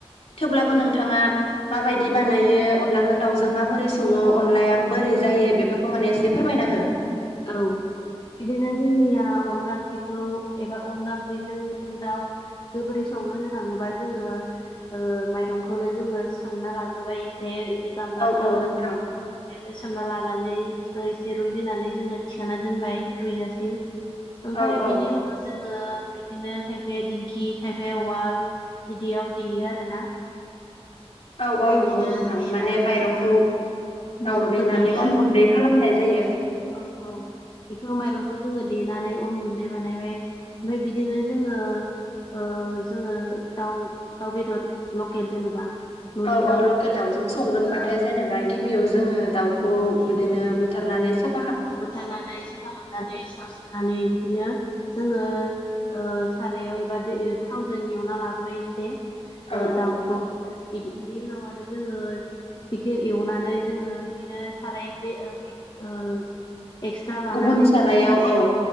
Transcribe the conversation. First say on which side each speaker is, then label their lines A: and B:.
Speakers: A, on the left (about 70°); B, on the left (about 45°).
A: थेवब्लाबो नोंथाङा माबायदि बानायो अनलाजों दावजों माबोरै सङो अनलाया बोरै जायो बेफोरखौ माने एसे फोरमायना हो
B: <inaudible> बिदिनो जोंनिया अनला ओंख्रिखौ एबा अनला ओंख्रिजों दाउ जोबोरै सं मा होननो थाङोबा जोङो ओ माइरंखौनो जोङो सोमना लाग्रोबाय एसे दि गामलाफोराव
A: औ औ नोंथां
B: ओमफायो सोमना लानानै इखौ एसे रुइहोनानै जोङो थिखांना दोनबाय रुइजासिम ओमफाय
A: औ
B: बिनि
A: औ
B: उनाव जोङो बि दिनो खायफाया दिंखि खायफाया उवाल बिदियाव देयो आरोना
A: औ
B: ओमफाय
A: औ
B: इदिनो
A: नंगौ नोंथां
B: देनानै
A: माने माइरंखौ
B: जोङो माइरंखौ
A: औ देनानै
B: देयो आरो
A: अन गुन्दै खालामनाय जायो
B: औ औ बिखौ माइरंखौ जोङो देनानै अन गुन्दै बानायबाय ओमफाय बिदिनो जोङो ओ जोङो दाउ दाउ बेदर लकेल जेन'बा न'नि
A: औ औ
B: दाउ
A: लकेल दाउजों
B: बेफोरखौ
A: संगोनबाथाय
B: जोङो औ
A: जेनेबा गिबियाव जोङो दाउखौ
B: गिबि
A: बिदिनो बुथारनानै सा
B: बुथारनानै साफा खामनानै सावस्रोनानै बिदिनो जोङो ओ ओ सारायाव एबा दैयो थावजों एवना लाबोबाय एसे । ओ
A: औ औ
B: दाउखौ बिदि इनि उनाव आरो जोंङो बिखो एवनानै जोंङो इदिनो साराय बे ओ इ ओ एक्सट्रा लानानै
A: गुबुन
B: जोंङो सारायाव
A: औ